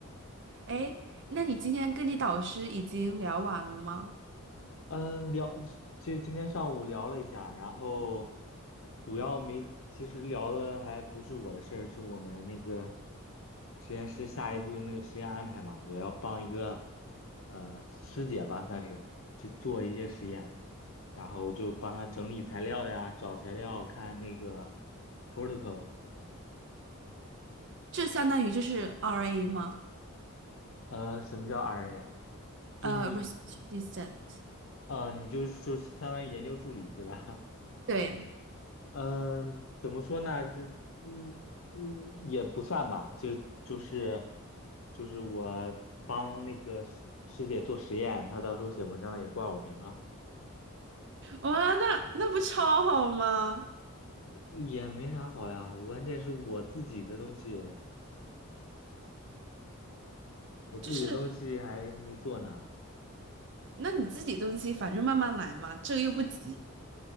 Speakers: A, on the right; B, on the left.
A: 哎，那你今天跟你导师已经聊完了吗？
B: 嗯，聊，就今天上午聊了一下，然后主要没，其实聊的还不是我的事儿，是我们那个实验室下一步那个实验安排嘛，我要帮一个呃师姐吧，算是去做一些实验，然后就帮她整理材料呀，找材料，看那个 protocol，
A: 这相当于就是 RA 吗？
B: 呃，什么叫 RN 呀？就是你，
A: 呃，research assistant。
B: 呃，你就是说相当于研究助理，对吧？
A: 对，
B: 嗯，怎么说呢？这也嗯也不算吧，就就是就是我帮那个师师姐做实验，她到时候写文章也挂我名啊，
A: 哇，那那不超好吗？
B: 也没啥好呀。关键是我自己的东西，我自己的东西还没做呢。
A: 就是那你自己东西，反正慢慢来嘛，这个又不急。